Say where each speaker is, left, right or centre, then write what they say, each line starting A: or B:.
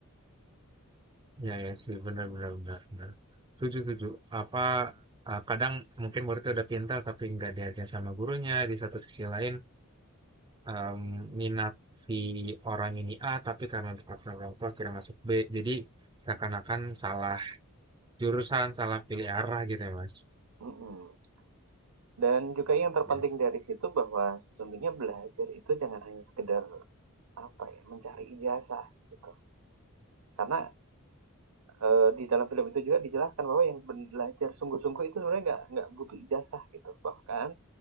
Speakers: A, on the right; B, on the right.
A: ya ya sih benar benar benar. benar. Setuju setuju. Apa eh, kadang mungkin murid udah pintar tapi nggak dihargai sama gurunya. Di satu sisi lain em, minat si orang ini A tapi karena dipaksa orang tua akhirnya masuk B. Jadi seakan-akan salah jurusan, salah pilih arah gitu ya Mas.
B: Mm-mm. Dan juga yang terpenting
A: Yes.
B: dari situ bahwa sesungguhnya belajar itu jangan hanya sekedar apa ya mencari ijazah gitu. Karena eh, di dalam film itu juga dijelaskan bahwa yang belajar sungguh-sungguh itu sebenarnya nggak nggak butuh ijazah gitu. Bahkan